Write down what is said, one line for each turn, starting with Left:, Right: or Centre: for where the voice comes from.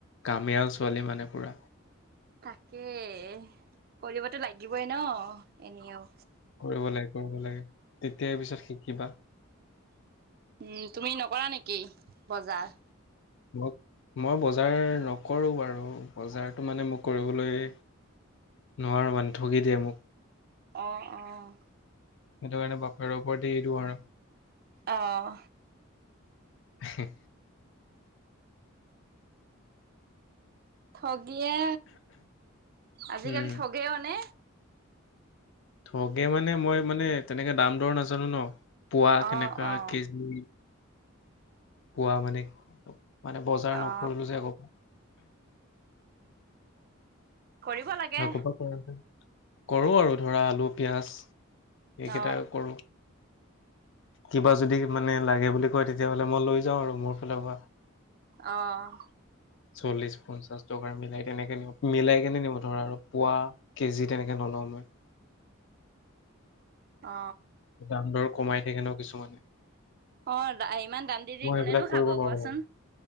Left: কামিয়াল ছোৱালী মানে পুৰা।
Right: তাকেই কৰিবতো লাগিবই নহ, এনেওঁ।
Left: কৰিব লাগে, কৰিব লাগে তেতিয়াই পিছত শিকিবা।
Right: উম, তুমি নকৰা নেকি বজাৰ?
Left: মগ মই বজাৰ নকৰোঁ বাৰু বজাৰটো মানে মোক কৰিবলৈ নোৱাৰোঁ মানে ঠগি দিয়ে মোক।
Right: অ', অ'।
Left: সেইটো কাৰণে বাপেৰৰ ওপৰত এৰি দিওঁ আৰু।
Right: অহ।
Left: <inaudible>
Right: ঠগীয়ে, আজিকালি
Left: উম,
Right: ঠগেও মানে।
Left: ঠগে মানে মই মানে তেনেকে দাম দৰ নাজানো নহ। পুৱা
Right: অ
Left: কেনেকুৱা
Right: অ
Left: কেজি পুৱা মানে, মানে বজাৰ
Right: অ
Left: নকৰিলোঁ যে আগ
Right: কৰিব লাগে
Left: আগপা কৰো যে কৰো আৰু ধৰা আলু পিয়াজ সেইকেইটাই
Right: অ
Left: কৰোঁ। কিবা যদি মানে লাগে বুলি কয়, তেতিয়াহ'লে মই লৈ যাওঁ আৰু মোৰ ফালৰ পৰা,
Right: অহ
Left: চল্লিশ পঞ্চাশ টকাৰ মিলাই তেনেকে নিও মিলাই কেনে নিও ধৰা আৰু পুৱা কেজি তেনেকে নলওঁ মই।
Right: অ
Left: দাম দৰ কমাই থাকে ন কিছুমানে।
Right: অ ইমান দাম দি দি কোনেনো
Left: সেইবিলাক কৰিব
Right: খাব
Left: নোৱাৰো
Right: কোৱাচোন।
Left: মানে।